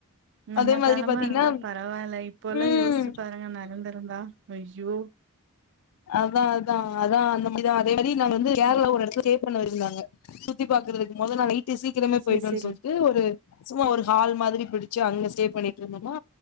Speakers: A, on the right; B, on the left.
A: நம்ம
B: அதே மாதிரி
A: காலமா
B: பாத்தீங்கன்னா
A: இருந்தா பரவ ல இப்பல்லாம்
B: ம்
A: யோசிச்சு பாருங்க நடந்திருந்தா ஜோ
B: அதா அதா அதா அந்த மாரிதா அதே மாரி நான் வந்து கேரளா ஒரு இடத்து ஸ்டே பண்ண இருந்தாங்க சுத்தி பாாரக்குறதுக்கு மொத நாள் நைட் சீக்கிரமே
A: சேரி
B: போய்டும்னு
A: சேரி
B: சொல்லிட்டு ஒரு சும்மா ஒரு ஹால் மாதிரி பிடிச்சு அங்க ஸ்டே பண்ணிட்டு இருந்தோம்மா